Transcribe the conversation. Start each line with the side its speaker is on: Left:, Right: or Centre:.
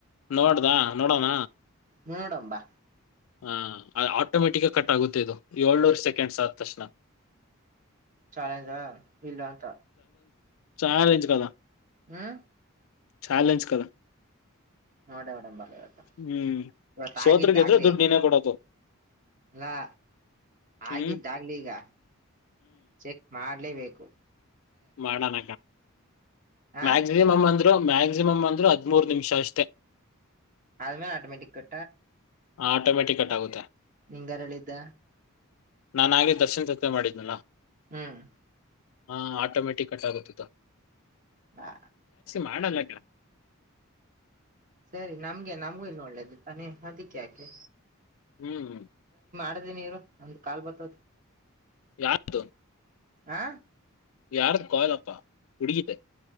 Left: ನೋಡ್ದಾ ನೋಡೋಣ
Right: ಹೂಡಂಬಾ
Left: ಹ ಆಟೋಮೆಟಿಕ್ ಕಟ್ ಆಗುತ್ತೆ ಇದು ಏಳ್ನೂರು ಸೆಕೆಂಡ್ಸ್ ಆದ ತಕ್ಷಣ
Right: ಚಾಲೆಜಾ ಇಲ್ಲ ಅಂತ
Left: ಚಾಲೆಂಜ ಕದಾ
Right: ಹ್ಮ
Left: ಚಾಲೆಂಜ್ ಕಲ
Right: ನೋಡ ನೋಡಂಬಲ್ಲ ಇವತ್ತು
Left: ಹ್ಮ್
Right: ಇವತ್ತ
Left: ಸೋತ್ರಗೆ
Right: ಆಗಿದ್ದಾಗ್ಲಿ
Left: ಇದ್ರೆ ದುಡ್ಡು ನೀಿನೇ ಕೊಡದು
Right: ಅಲ್ಲಾ
Left: ಹ್ಮ್
Right: ಆಗಿದ್ದಾಗ್ಲಿ ಈಗ ಚೆಕ್ ಮಾಡ ಮಾಡಲೇಬೇಕು
Left: ಮಾಡಣಣ
Right: ಹ
Left: ಮಕ್ಸಿಮಮ್ ಮ್ಯಾಕ್ಸಿಮಮ್ ಅಂದ್ರೆ ಹದಿ್ಮೂರು ನಿಮಿಷ ಅಷ್ಟೇ
Right: ಅದುಮೇಲೆ ಆಟೋಮೇಟಿ ಕ
Left: ಹಾ ಆಟೋಮೆಟಕ್ ಕಟ ಆಗುತ್ತ
Right: ನಿಂಗ ಯಾರ ಹೇಳಿದ
Left: ನಾನ ಹಾಗೆ ದರ್ಶನ ಜತ್ ಮಾಡಿದ್ದನಾ
Right: ಹ್ಮ್
Left: ಹಾ ಆಟೋಮ್ಯಾಟಿಕ್ ಕಟ್ ಆಗುತ್ತತ್ತ
Right: ಹಾ
Left: ಮಾಡಲ್ಲಕಣ್ಣ
Right: ಸರಿ ನಮ್ಗೆ ನಮ್ಗೂ ಇನ್ನುೂ ಒಳ್ಳೇದು ತಾನೆ ಅದಕ್ಕೆ ಯಾಕೆ
Left: ಹ್ಮ್ ಹ್ಮ್
Right: ಮಾಡ ನೀರು ಒಂದು್ ಕಾಲ್ ಬರ್ತ
Left: ಯಾರ್ದು
Right: ಆ
Left: ಯಾರ್ದು ಕಾಯಲಪ್ಪ ಹುಡುಗತೆ